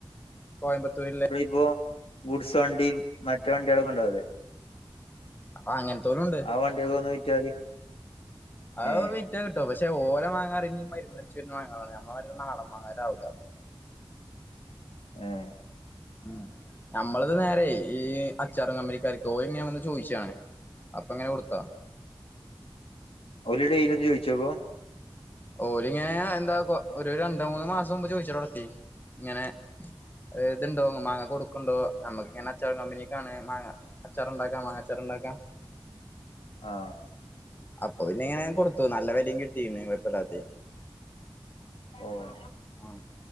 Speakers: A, on the left; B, on the left.
A: കോയമ്പത്തൂരിള്ളെ
B: പ്പോ ഗുഡ്സ് വണ്ടി മറ്റെ വണ്ടിയെ കൊണ്ടോവലു
A: ആഹ് അങ്ങനെത്തോലുണ്ട്
B: ആ വണ്ടിയൊക്കെ ഒന്ന് വിറ്റാല്
A: അഹ്
B: ഏഹ്
A: വി റ്റ കിട്ടോ പക്ഷേ ഓല മാങ്ങാറിഞ്ഞ മരിന്നടിച്ച് വരുന്ന മാങ്ങാളാണ് നമ്മള മാരില്ല നാടൻ മാങ്ങളാവൂല
B: ഏഹ്
A: ഉം നമ്മളത് നേരെ ഈ അച്ചാറ് കമ്പനികാർക്ക്‌ ഓരിങ്ങനെ വന്ന് ചോയിച്ചാണ് അപ്പങ്ങനെ കൊടുത്തോ
B: ഓല് ഡെയിലി വന്ന് ചോദിച്ചോപ്പോ
A: ഓലിങ്ങനെ എന്താപ്പൊ ഒരു രണ്ടോ മൂന്നോ മാസം മുമ്പ് ചോയിച്ച് ട്വടെത്തി ഇങ്ങനെ ഏഹ് തിണ്ടോ മാങ്ങ കൊടുക്കണ്ടോ നമ്മക്കിങ്ങനെ അച്ചാറ് കമ്പനിക്കാണേ മാങ്ങ അച്ചാറ് ഉണ്ടാക്കാ മാങ്ങ അച്ചാറ് ഉണ്ടാക്കാ
B: ആഹ്
A: അപ്പൊ പിന്നെ ഇങ്ങനെങ്ങ് കൊടുത്തു നല്ല വെലേം കിട്ടി പിന്നെ <unintelligible>
B: ഓഹ്
A: ആ